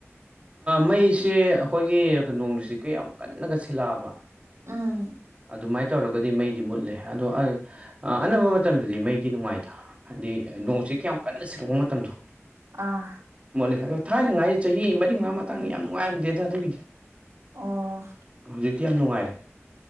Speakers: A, on the right (about 25°); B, on the right (about 80°).
A: ꯃꯩꯁꯦ ꯑꯩꯈꯣꯏꯒꯤ ꯅꯅꯨꯡꯁꯤ ꯀꯩ ꯌꯥꯝ ꯀꯟꯅꯒ ꯁꯤꯜꯂꯛꯑꯕ
B: ꯎꯝ
A: ꯑꯗꯨꯃꯥꯏꯅ ꯇꯧꯔꯒꯗꯤ ꯃꯩꯗꯤ ꯃꯨꯠꯂꯦ ꯑꯗꯣ ꯑꯅꯝꯕ ꯃꯇꯝꯗꯗꯤ ꯃꯩꯗꯤ ꯅꯨꯡꯉꯥꯏꯗ ꯍꯥꯏꯗꯤ ꯅꯣꯡꯁꯤꯦ ꯀꯌꯥꯝ ꯀꯟꯅ ꯁꯤꯔꯛꯄ ꯃꯇꯝꯗꯣ
B: ꯑꯥ
A: ꯃꯣꯠꯂꯦ ꯑꯗꯣ ꯊꯥꯏꯅꯉꯥꯏ ꯆꯍꯤ ꯃꯔꯤ ꯃꯉꯥ ꯃꯇꯥꯡꯗ ꯌꯥꯝ ꯅꯨꯡꯉꯥꯏꯔꯝꯗꯦꯗ ꯑꯗꯨꯒꯤꯗꯤ
B: ꯑꯣ
A: ꯍꯧꯖꯤꯛꯇꯤ ꯌꯥꯝ ꯅꯨꯡꯉꯥꯏꯔꯦ